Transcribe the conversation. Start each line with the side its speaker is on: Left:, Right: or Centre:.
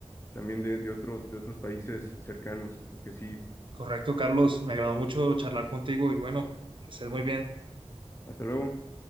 Left: también de, de otros, de otros países cercanos, porque sí,
Right: Correcto, Carlos, me agradó mucho charlar contigo y bueno, que estés muy bien.
Left: hasta luego.